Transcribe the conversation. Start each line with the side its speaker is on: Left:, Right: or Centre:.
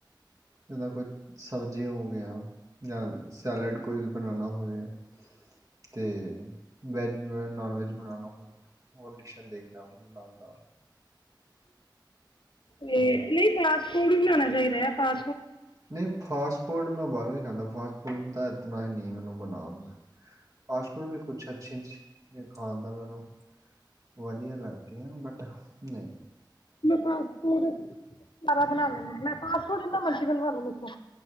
Right: ਇਹਦਾ ਕੋਈ ਸਬਜ਼ੀ ਹੋਗੀਆ ਜਾਂ ਸੈਲਡ ਕੋਈ ਵੀ ਬਣਾਉਣਾ। ਤੇ ਵੈਜ ਨੋਨ ਵੈਜ ਬਣਾਉਣਾ ਹੋਵੇ। ਉਹ ਡਿਸ਼ਾਂ ਦੇਖਦਾ ਮੈਂ ਬਣਾਉਂਦਾ
Left: ਤੇ
Right: ਹਮ।
Left: ਨਹੀਂ ਫਾਸਟ- ਫੂਡ ਵੀ ਬਣਾਉਣਾ ਚਾਹੀਦਾ ਹੈ ।ਫਾ
Right: ਨਹੀਂ ਫਾਸਟ ਫੂਡ ਮੈਂ ਬਾਹਰੋਂ ਹੀ ਖਾਂਦਾ। ਫਾਸਟ ਫੂਡ ਦਾ ਇਤਨਾ ਹੀ ਨਹੀਂ ਮੈਨੂੰ ਬਣਾਉਣ ਦਾ। ਫਾਸਟ ਫੂਡ ਵੀ ਕੁਛ ਅੱਛੀ ਖਾਦਾ। ਵਧੀਆ ਲੱਗਦੀਆਂ ਬਟ ਨਹੀਂ
Left: ਫਾਸਟ ਫੂਡ ਸਾ ਬਣਾ ਲੈਂਦੇ ਮੈਂ ਫਸੂਡ ਮਰਜੀ ਬਣਵਾ ਲੈ ਮੈਥੋਂ